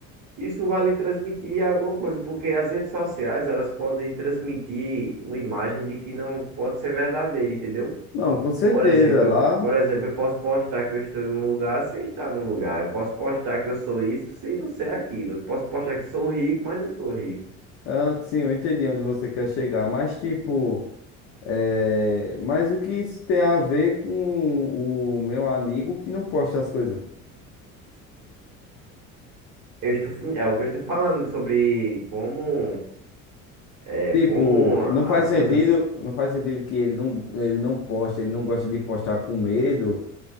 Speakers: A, on the right (about 45°); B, on the left (about 40°).
A: isso vai lhe transmitir alguma coisa, porque as redes sociais, elas podem transmitir uma imagem de que não pode ser verdadeira, entendeu?
B: Não, com certeza,
A: Por exemplo,
B: lá,
A: por exemplo, eu posso postar que eu estou em um lugar sem estar num lugar. Eu posso postar que eu sou isso sem não ser aquilo. Eu posso postar que sou rico, mas não sou rico.
B: ah, sim, eu entendi onde você quer chegar, mas tipo. É, mas o que isso tem a ver com o meu amigo que não posta as coisas?
A: Eu estou, fin- é o que eu estou falando sobre como, é,
B: Tipo,
A: como
B: não
A: as
B: faz sentido,
A: coisas.
B: não faz sentido que ele não, ele não posta, ele não gosta de postar com medo